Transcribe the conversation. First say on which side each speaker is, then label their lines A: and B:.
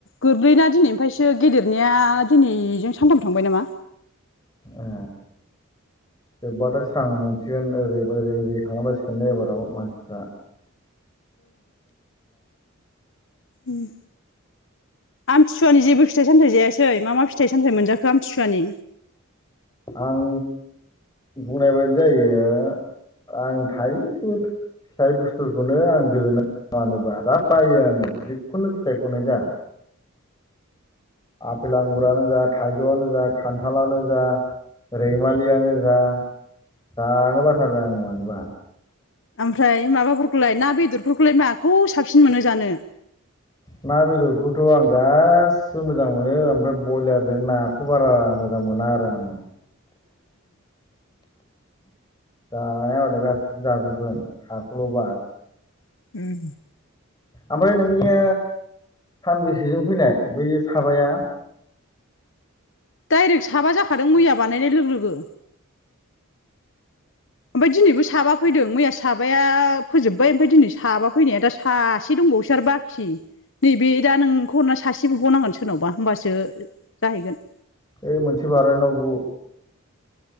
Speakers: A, on the left; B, on the left.
A: गोरलैना दिनैनिफ्रायसो गेदेरनिया दिनैजों सानथाम थांबाय नामा।
B: ए, जोब्बाथाय स्रां मोनसिगोन ओरै ओरै ओरै थांला बासिगोन दे एबाराव मानसिफ्रा। <inaudible>
A: उम। आमथिसुवानि जेबो फिथाइ सामथाय जायासै मा मा फिथाइ सामथाय मोनजाखो आमथिसुवानि?
B: आं बुंनाय बायदि जायो आं थायसेबो फिथाइ बुस्थुफोरखौनो आं गोजोननाय मानोबा जा बायो आंङो जिखुनु फिथाइखौनो जा। आफेल आंगुरानो जा थाइजौआनो जा खान्थालानो जा। रैमालियानो जा जानो बाथारो आं मानोबा
A: ओमफ्राय माबाफोरखौलाय ना बेदरफोरखौलाय माखौ साबसिन मोनो जानो?
B: ना बेदरखौथ' आं गासिबो मोजां मोनो ओमफ्राय बयलारजों नाखौ बारा मोजां मोजां मोना आरो आं। जानाया हले गासिबखौबो जाजोबगोन हाखौल' बार
A: उम
B: ओमफ्राय नोंनिया सानबेसेजों फैनाय बै साबाया
A: डायरेक्ट साबा जाखादों मैया बानायनाय लोगो लोगो ओमफाय दिनैबो साबा फैदों मैया साबाया फोजोब्बाय ओमफाय दिनै साबा फैनाया दा सासे दं दंबावोसो आरो बाखि नैबे दा नोंखौहरना सासे बुबावनांगोन सोरनावबा होमबासो जाहैगोन
B: ओ मोनसे बारनायनाव बु